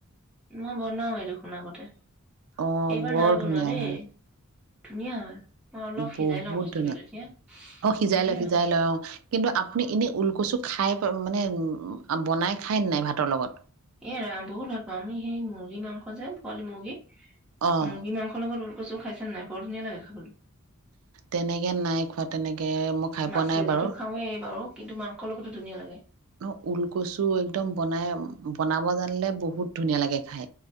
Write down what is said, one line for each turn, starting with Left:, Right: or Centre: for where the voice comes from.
Centre: মই বনাও য়ে দেখোন আগতে
Right: অ'
Centre: এইবাৰ
Right: বৰ
Centre: নাই বনোৱা
Right: ধুনীয়া
Centre: দেই।
Right: হয়,
Centre: ধুনীয়া হয়। মই অলপ
Right: বহুত
Centre: সিজাই লওঁ বস্তুটো
Right: ধুনীয়া।
Centre: তেতিয়া
Right: অ সিজাই
Centre: ধুনীয়া
Right: লয় - সিজাই লয় অ', কিন্তু আপুনি এনেই ঊলকুচু খাই মানে বনাই খায় নে নাই ভাতৰ লগত?
Centre: এ ৰাম বহুত ভাল পাওঁ আমি সেই মুৰ্গী মাংস যেন পোৱালী মুৰ্গী
Right: অ'
Centre: মুৰ্গী মাংসৰ লগত ঊলকচু <unintelligible> নাই বৰ ধুনীয়া লাগে খাবলৈ।
Right: তেনেকে নাই খোৱা তেনেকে মই খাই
Centre: মাছেদিতো
Right: পোৱা নাই বাৰু।
Centre: খাওঁৱেই বাৰু কিন্তু মাংসৰ লগতো ধুনীয়া লাগে।
Right: ন ওলকচু একদম বনাই - বনাব জানিলে বহুত ধুনীয়া লাগে খাই।